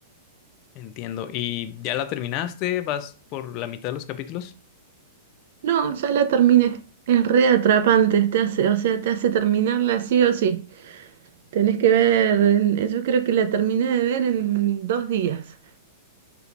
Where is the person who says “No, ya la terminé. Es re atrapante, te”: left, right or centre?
Right